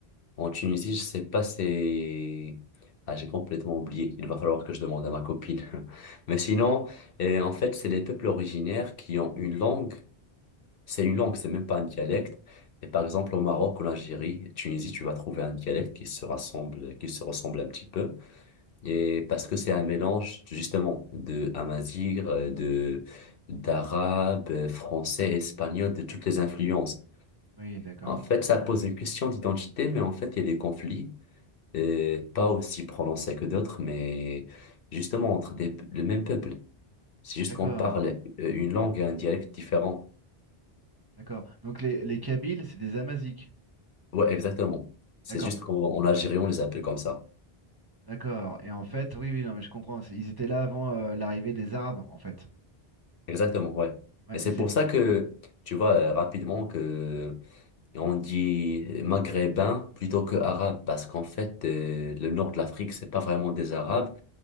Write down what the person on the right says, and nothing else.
Oui, d'accord.
D'accord.
D'accord. Donc les, les Kabyles, c'est des Amazigh.
D'accord.
D'accord. Et en fait, oui, oui, non, mais je comprends. C'est- Ils étaient là avant euh, l'arrivée des Arabes, en fait.
Ouais,
et c'est.